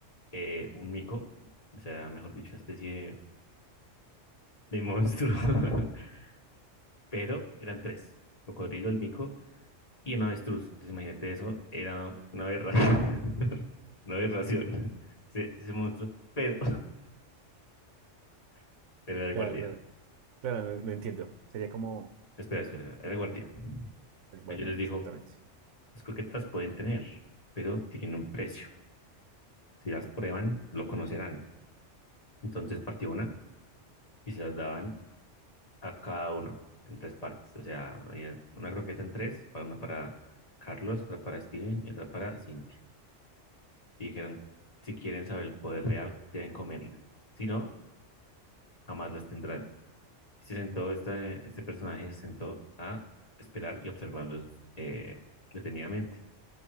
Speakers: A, on the left; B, on the right.
A: eh, un mico, o sea, mejor dicho, una especie de de monstruo, <laughs> pero eran tres, el cocodrilo, el mico y un avestruz. Entonces imagínate eso, era una aberración, <laughs> una aberración, ese, ese monstruo, pero, <laughs> pero era el
B: Claro,
A: guardián.
B: claro, claro, lo, lo entiendo. Sería como
A: Espera, espera, era el guardián.
B: el guardián,
A: pero yo les dijo,
B: exactamente.
A: las croquetas pueden tener, pero tienen un precio. Si las prueban, lo conocerán. Entonces partió una y se las daban a cada uno en tres partes. O sea, había una croqueta en tres, para una para Carlos, otra para Steven y otra para Cinti. y dijeron, si quieren saber el poder real, deben comerla, si no, jamás las tendrán. Y se sentó, este, este personaje se sentó a esperar y observarlos eh, detenidamente.